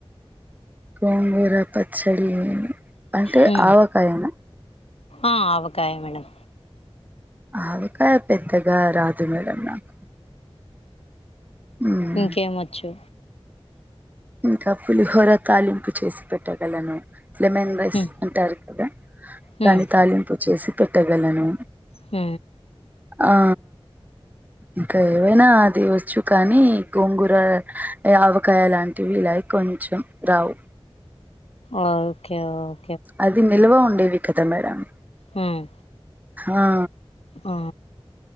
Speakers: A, on the right; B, on the left.
A: గోంగూర పచ్చడి అంటే
B: హ్మ్
A: ఆవకాయన
B: ఆ అవుకాయ మేడం
A: ఆవకాయ పెద్దగా రాదు మేడం నాకు మ్,
B: ఇంకేం ఓచ్చు
A: ఇంకా పులిహోర తాలింపు చేసి పెట్టగలను లెమన్ రైస్
B: హ్మ్
A: అంటారు కదా
B: హ్మ్
A: దాని తాలింపు చేసి పెట్టగలను
B: హ
A: ఆ ఇంకా ఏవైనా అది వచ్చు కానీ గోంగూర ఆవకాయ లాంటి టివ లై కొంచం రావు
B: ఓకేఓక
A: అది నిల్వ ఉండేవి కదా మేడం
B: హ్మ్
A: ఆ
B: ఆ